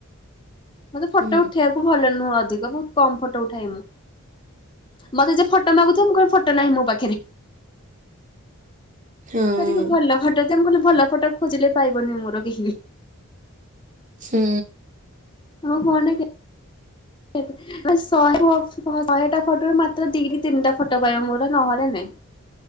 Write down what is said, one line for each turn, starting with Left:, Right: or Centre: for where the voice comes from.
Left: ମତେ ଫଟୋ
Right: ହୁଁ
Left: ଉଠେଇବାକୁ ଭଲ ନୁହଁ ଅଧିକ ବହୁତ କମ ଫଟୋ ଉଠାଏ ମୁଁ। ମତେ ଯେ ଫଟୋ ମାଗୁ ଥିବ ମୁଁ କହେ ଫଟୋ ନାହିଁ ମୋ ପାଖରେ।
Right: ହଁ
Left: ଯେତିକି ଭଲ ଫଟୋ ଦେ, ମୁଁ କହିଲି ଭଲ ଫଟୋ ଖୋଜିଲେ ପାଇବନି ମୋର କେହି।
Right: ହୁଁ।
Left: ମୋ ଫନ ରେ କେ ଶହେ- ଶହେଟା ଫୋଟୋରୁ ମାତ୍ର ଦିଟି ତିନିଟା ଫ ଟ ବାୟୁ ମଡ ନହଲେ ନାଇଁ।